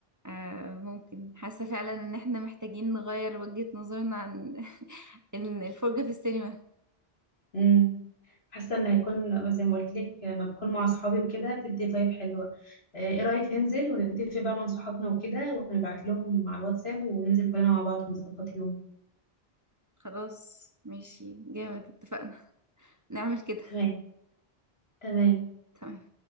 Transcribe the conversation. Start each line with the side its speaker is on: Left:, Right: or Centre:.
Right: آه ممكن حاسه فعلا ان احنا محتاجين نغير وجهه نظرنا عن <laughs> إن الفرجه في السينما
Left: امم حاسة ان هيكون زي ما قلت لك لما بكون مع صحابي وكده بتدي فايب حلوة آه، ايه رأيك ننزل ونتفق بقى مع صحابنا وكده ونبعت لهم على الواتساب وننزل كلنا مع بعض ونظبط يوم
Right: خلاص ماشي جامد اتفقنا نعمل كده
Left: تمام تمام
Right: تمام